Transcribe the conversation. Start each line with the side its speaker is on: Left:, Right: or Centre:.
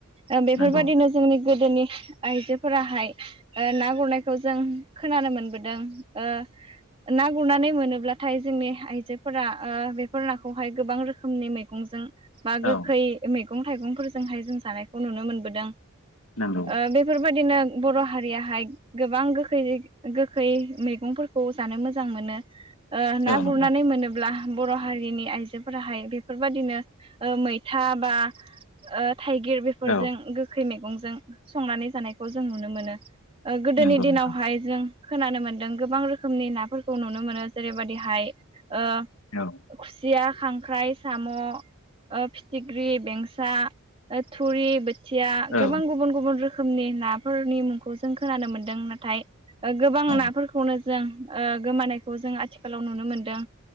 Right: ओ बेफोरबादिनो
Left: नंगौ
Right: जोंनि गोदोनि आइजोफोराहाय ओ ना गुरनायखौ जों खोनानो मोनबोदों ओ ना गुरनानै मोनोब्लाथाय जोंनि आइजोफोरा ओ बेफोर नाखौहाय गोबां रोखो मनि मैगंजों बा गोखै
Left: औ
Right: मैगं थाइगंफोरजोंहाय जों जानायखौ नुनो मोनबोदों ओ
Left: नंगौ
Right: बेफोर बायदिनो बर' हारियाहाय गोबां गोखै-गोखै मैगंफोरखौ जानो मोजां मो नो ओ ना
Left: औ नंगौ
Right: गुरनानै मोनोब्ला बर' हारिनि आइजोफोराहाय बेफोरबादिनो ओ मैथा बा ओ थाइगिर बेफोरजों
Left: औ
Right: गोखै मैगं जों संनानै जानायखौ जों नुनो मोनो गोदोनि
Left: नंगौ
Right: ओ दिनावहाय
Left: नोंथां
Right: जों खोनानो मोनदों गोबां रो खोमनि नाफोरखौ नुनो मोनो जेरैबादिहाय ओ
Left: औ
Right: खुसिया खांख्राइ साम' ओ फिथिख्रि बेंसा ओ थुरि बो थिया
Left: औ
Right: गोबां गुबुन गुबुन रोखोमनि नाफोरनि मुंखौ जों खोनानो मोनदों नाथाय ओ गोबां
Left: औ
Right: नाफोरखौनो जों ओ गोमानायखौ जों आथिखालाव नुनो मोनदों